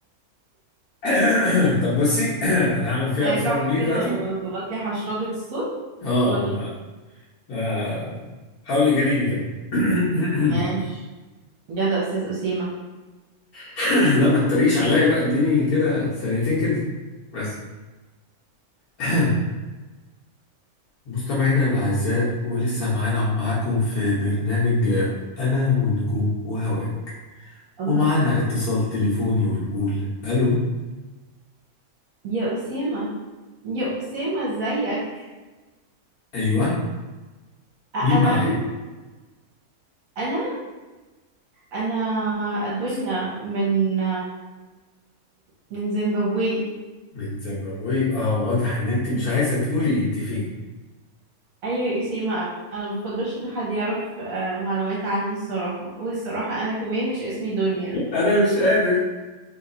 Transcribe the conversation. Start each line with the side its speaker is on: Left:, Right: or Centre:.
Left: <coughs> طب بصي <coughs> انا هعمل فيها
Right: هيقعها
Left: اسامه منير
Right: كده
Left: دلوقتي
Right: وظبط لي حشرجه الصوت
Left: اه
Right: وريني
Left: آه، حاولي جاريني كده <coughs>
Right: ماشي يلا يا استاذ اسيمه
Left: <clears throat> لا ما تتريقش عليا بقى اديني كده ثانيتين كده بس <clears throat> مستمعينا الأعزاء ولسه معانا ومعاكم في برنامج آه، أنا والنجوم وهواك
Right: الله
Left: ومعانا اتصال تليفوني ونقول ألو
Right: يا أسامة يا أسامة ازيك
Left: أيوه
Right: أ-
Left: مين
Right: أنا
Left: معايا
Right: عندي أنا أنا الدنيا من من زيمبابوي
Left: من زيمبابوي اه واضح ان انت
Right: أيوة.
Left: مش عايزة تقولي انت فين
Right: أيوة يا أسامة أنا مفضلش إن حد يعرف آه، معلومات عني الصراحة والصراحة أنا كمان مش اسمي دنيا
Left: انا مش قادر